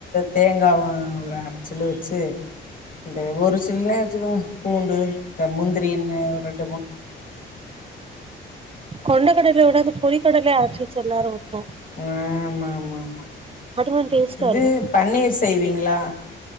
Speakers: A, on the left; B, on the right.
A: தேங்காவு ஒரு அரச்சிலு வெச்சு இந்த ஒரு சின்ன வெங்காய பூண்டு ப்ப முந்திரின்னு ஒரு எடத்
B: கொண்டகடலயோட அந்த புளி கடல அரச்சு ச்சு எல்லாரு ஊத்துவோ
A: ஆமா, ஆமாமா
B: அது கொஞ்சோ டேஸ்ட்டா
A: இது
B: இருக்கு
A: பன்னீர் செய்வீங்களா